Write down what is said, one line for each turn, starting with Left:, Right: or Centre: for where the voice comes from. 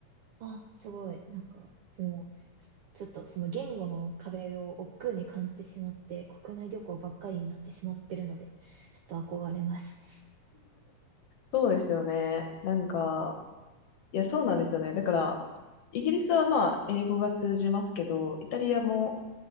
Right: あ、すごい。なんか、もう、ちちょっとその言語の壁を億劫に感じてしまって、国内旅行ばっかりになってしまってるので、ちょっと憧れます。
Left: そうですよね。なんか、いや、そうなんですよね。だから、イギリスはまあ、英語が通じますけど、イタリアも
Right: うん